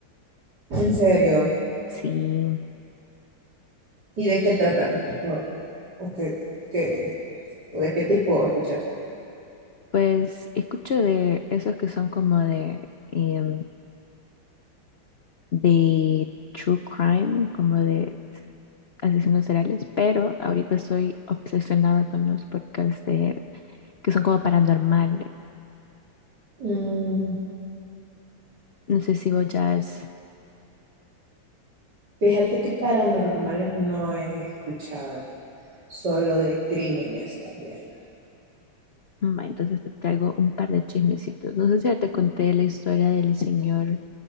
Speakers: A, on the right (about 55°); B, on the left (about 65°).
A: En serio.
B: Sí,
A: ¿Y de qué tratan? ¿O, o qué, qué- o de qué tipo escuchas?
B: pues escucho de esos que son como de, eh, de true crime, como de asesinos seriales, pero ahorita estoy obsesionada con los podcasts de, que son como paranormales.
A: Mm,
B: No sé si vos ya es...
A: fíjate que paranormales no he escuchado, solo de crímenes también.
B: Ma, Entonces te traigo un par de chismecitos. No sé si ya te conté la historia del señor